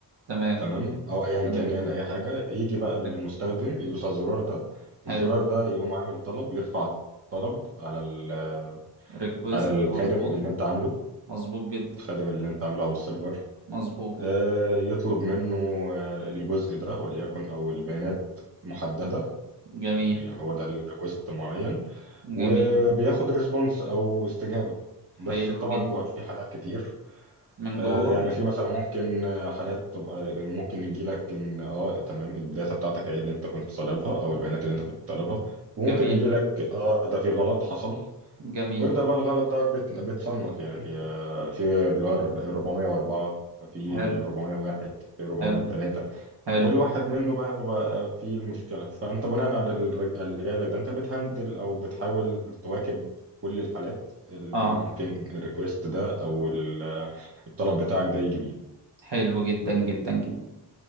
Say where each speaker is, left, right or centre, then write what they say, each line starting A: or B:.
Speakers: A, on the right (about 80°); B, on the right (about 35°).
A: تمام
B: تمام او ايا
A: تمام
B: كان يعني اي حاجه يجي بقى المستخدم
A: حلو
B: يدوس على الزرار ده الزرار
A: حلو
B: ده يقوم عامل طلب يرفع طلب على ال-
A: ريكوست
B: على الخادم
A: مظبوط
B: اللي انت عامله
A: مظبوط جدا
B: الخادم اللي انت عامله او السيرفر
A: مظبوط
B: آه، يطلب منه آه، الجزء ده وليكن او البيانات محدده
A: جميل
B: يعني هو ده الريكوست معين وبياخد
A: جميل
B: ريسبونس او استجابه بس
A: حلو
B: طبعا
A: جدا
B: بيبقى في حالات كتير
A: من
B: آه،
A: جوه
B: يعني في مثلا ممكن آه، حالات تبقى ممكن يجي لك ان اه تمام الداتا بتاعتك ايه اللي انت كنت طالبها او البيانات اللي انت كنت طالبها وممكن
A: جميل
B: يجي لك اه ده في غلط حصل
A: جميل
B: ويبدأ بقى الغلط ده بت- بتصنف يعني آه، في اللي هو ال 404 في
A: حلو
B: ال 401 في 403
A: حلو حلو
B: وكل واحد منه بقى بيبقى فيه المشكلة فأنت بناء على الر- اللي جاي لك ده أنت بتهندل أو بتحاول تواكب كل الحالات اللي
A: اه
B: ممكن الريكوست ده أو ال- الطلب بتاعك ده يجي بيه
A: حلو جدا جدا جدا